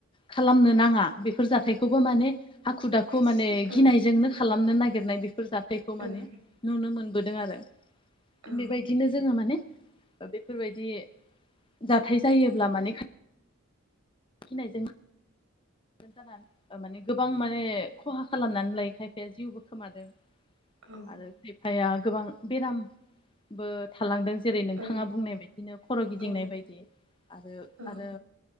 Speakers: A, on the left; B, on the right.
A: खालामनो नाङा बेफोर जाथायखौबो माने हाखु दाखु
B: औ
A: माने गिनायजोंनो खालाम नो नागिरनाय बेफ- जाथायखौ
B: ओं
A: माने नुनो मोन बोदों आरो।
B: ओं
A: बेबायदिनो जोंङो माने बेफोरबायदि जाथाय जायोब्ला माने खाथ गिनायजों जानानै माने गोबां माने खहा खालामनानै लायो खायफाया जिउबो खोमादों।
B: औ
A: आरो बिब फाया गोबां बेराम बो थालांदों। जेरै नोंथाङा
B: ओं
A: बुंनाय बायदिनो खर' गिदिंनाय
B: औ
A: बायदि आरो
B: औ
A: आरो